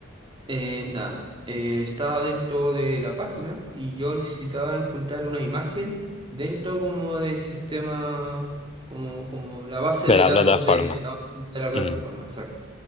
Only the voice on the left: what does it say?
De
la
plataforma.
Mm.